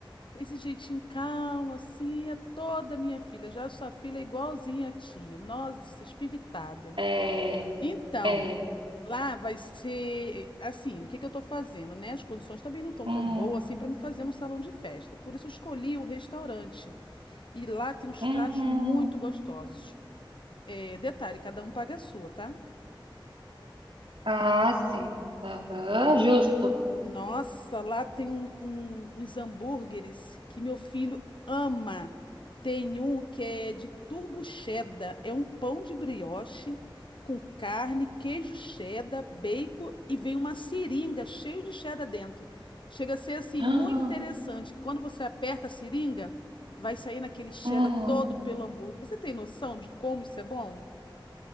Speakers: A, on the left; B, on the right.
A: Esse jeitinho calmo, assim, é toda minha filha. Já sua filha é igualzinha à tia. Nossa, espivitada.
B: é,
A: Então,
B: é.
A: lá vai ser assim, o que que eu estou fazendo, né? As condições também não estão
B: hum.
A: tão boas assim para me fazer no salão de festa. Por isso eu escolhi o restaurante. E lá tem uns
B: Uhum.
A: pratos muito gostosos. É, detalhe, cada um paga a sua, tá?
B: Ah, sim. Aham, justo. <gasps>
A: Nossa, lá tem um- um- uns hambúrgueres que meu filho ama. Tem um que é de turbo cheddar, é um pão de brioche com carne, queijo cheddar, bacon e vem uma seringa cheio de cheddar dentro. Chega a ser assim
B: Ah,
A: muito interessante, que quando você aperta a seringa, vai sair naquele cheddar
B: hum.
A: todo pelo hambúrguer. Você tem noção de como isso é bom?